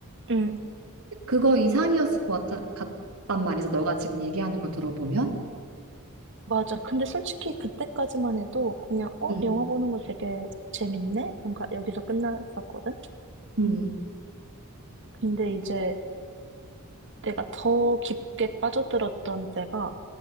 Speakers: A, on the right; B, on the right.
A: 응.
B: 그거 이상이었을 것 같, 같단 말이지. 너가 지금 얘기하는 걸 들어보면.
A: 맞아. 근데 솔직히 그때까지만 해도 그냥, 어,
B: 음,
A: 영화 보는 거 되게 재밌네? 뭔가 여기서 끝났었거든?
B: 음,
A: 근데 이제 내가 더 깊게 빠져들었던 때가